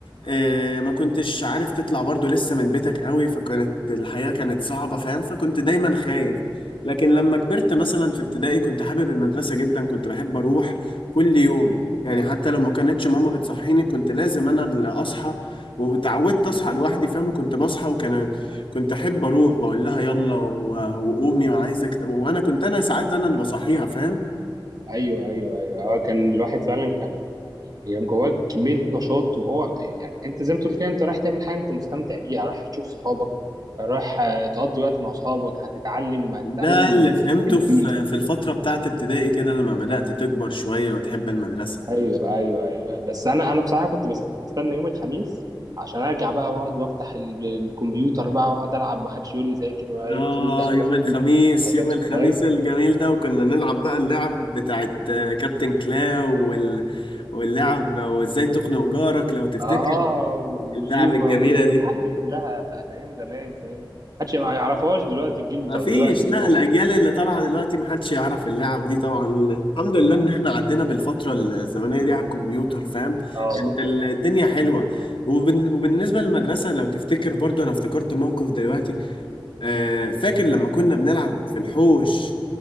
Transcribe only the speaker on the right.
ايوه ايوه ايوه اه كان الواحد فعلا كان يعني جواه كميه نشاط وهو يعني انت زي ما تقول كده انت رايح تعمل حاجه انت مستمتع بيها رايح تشوف صحابك رايح آه، تقضي وقت مع اصحابك هتتعلم هتتعلم
من
مدرسين
حلوين
ايوه ايوه ايوه بس انا انا بصراحه كنت بستنى يوم الخميس عشان ارجع بقى واقعد وافتح ال- الكمبيوتر بقى واقعد العب ما حدش يقول لي ذاكر ولا يوم
الخميس ده اجازتي
اجازتي
فاهم
اه وزوما
وال-
والالعاب دي كلها بتاعت ايام زمان فاهم محدش ما يعرفهاش دلوقتي الجيل بتوع
دلوقتي دول
اه
آه،
والله